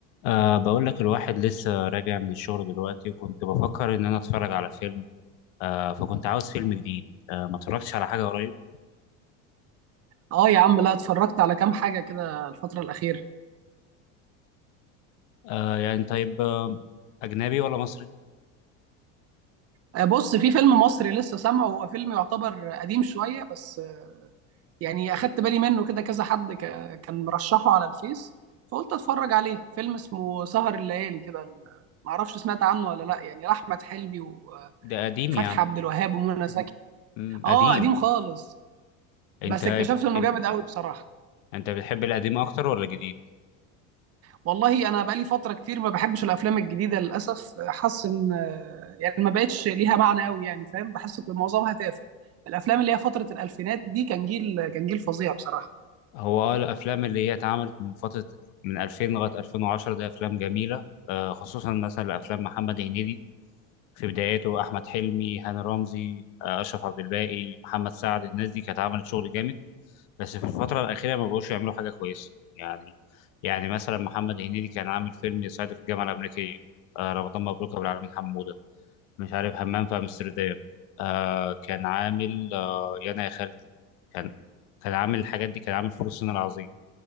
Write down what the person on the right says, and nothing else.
اه يا عم لا اتفرجت على كام حاجة كده الفترة الأخيرة
آه، بص في فيلم مصري لسه سامعه هو فيلم يعتبر قديم شوية بس آه، يعني أخدت بالي منه كده كذا حد ك- كان مرشحه على الفيس فقلت أتفرج عليه فيلم اسمه سهر الليالي كده ال- معرفش سمعت عنه ولا لا يعني لأحمد حلمي وفتحي
عبد الوهاب ومنى زكي
اه
قديم خالص
بس اكتشفت إنه
جامد قوي بصراحة
والله انا بقالي فتره كتير ما بحبش الافلام الجديده للاسف حاسس ان آه، يعني ما بقتش ليها معنى قوي يعني فاهم بحس ان معظمها تافه الافلام اللي هي فتره الالفينات دي كان جيل كان جيل فظيع بصراحه